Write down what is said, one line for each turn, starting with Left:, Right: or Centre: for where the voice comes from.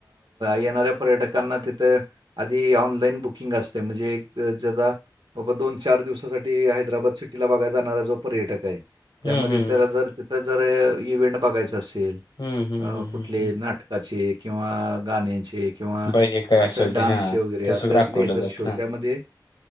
Right: येणाऱ्या - पर्यटकांना तिथं आधी ऑनलाईन बुकिंग असते म्हणजे ज - बाबा दोन चार दिवसाांसाठी हैदराबाद सिटीला बघायला जाणारा जो पर्यटक आहे.
Left: हम्म
Right: त्यामध्ये
Left: हम्म हम्म
Right: त्याला जर तिथं जर इव्हेंट बघायचा असेल.
Left: हम्म हम्म
Right: अ
Left: हम्म
Right: कुठले
Left: हम्म
Right: नाटकाचे किंवा गाण्याचे. किंवा
Left: बाई हे काय
Right: असं
Left: असेल
Right: डान्स
Left: ते हा
Right: वगैरे
Left: ते
Right: असं
Left: सगळं दाखवलं
Right: लेजर
Left: जात
Right: शो
Left: हा
Right: त्या. मध्ये